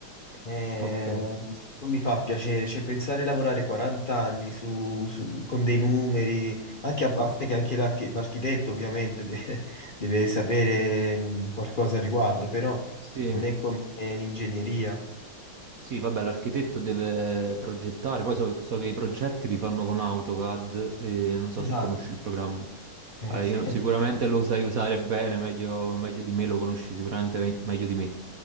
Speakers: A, on the left (about 75°); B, on the right (about 65°).
A: eh,
B: Ok.
A: non mi fa piacere, cioè pensare di lavorare 40 anni su, su- con dei numeri, anche a parte che anche l'archi- l'architetto ovviamente de- <laughs> deve sapere mh, qualcosa al riguardo, però
B: Sì,
A: non è come l'ingegneria.
B: Sì, vabbè, l'architetto deve progettare, poi so, so che i progetti li fanno con AutoCAD e non so
A: Esatto.
B: se conosci il programma.
A: Eh,
B: Eh,
A: sì.
B: io non- sicuramente lo sai usare bene, meglio, meglio di me lo conosci sicuramente me- meglio di me.